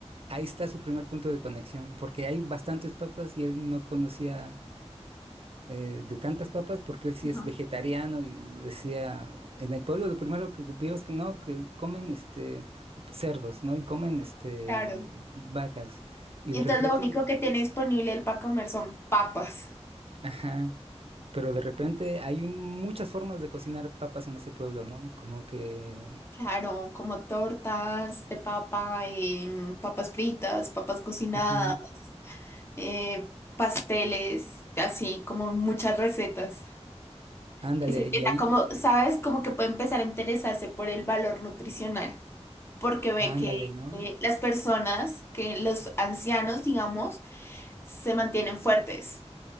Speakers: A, on the right; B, on the left.
A: ahí está su primer punto de conexión, porque hay bastantes papas y él no conocía. eh, de tantas papas porque él sí es
B: Ajá.
A: vegetariano y decía, en el pueblo lo primero que vio es que no, que comen este cerdos, ¿no? Y comen este
B: Claro.
A: mm, vacas. Y
B: Y
A: de
B: entonces
A: repente,
B: lo único que tiene disponible él para comer son papas.
A: ajá, pero de repente hay un- muchas formas de cocinar papas en ese pueblo, ¿no? Como que,
B: Claro, como tortas de papa, em, papas fritas, papas cocinadas,
A: ajá,
B: eh, pasteles, así como muchas recetas.
A: ándale,
B: Y se empieza
A: y ahí,
B: como, ¿sabes? Como que puede empezar a interesarse por el valor nutricional, porque ve
A: ándale,
B: que
A: ¿no?
B: eh, las personas, que los ancianos, digamos, se mantienen fuertes.